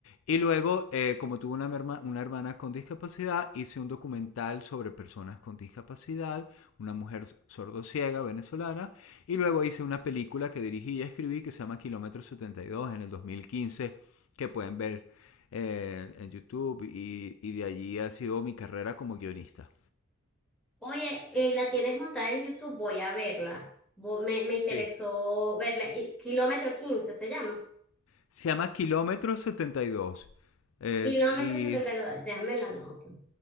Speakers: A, on the left; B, in the centre.
A: Y luego, eh, como tuve una, merma- una hermana con discapacidad, hice un documental sobre personas con discapacidad una mujer sordociega venezolana, y luego hice una película que dirigí y escribí que se llama Kilómetro setenta y dos en el dos mil quince que pueden ver eh, en YouTube, y, y de allí ha sido mi carrera como guionista.
B: Oye, eh, la tienes montada en YouTube, voy a verla. Vo- Me, me interesó
A: Sí.
B: verla. Y- Kilómetro 15 se llama.
A: Se llama Kilómetro 72. Eh,
B: Kilómetro
A: y
B: setenta y dos, déjame la nota.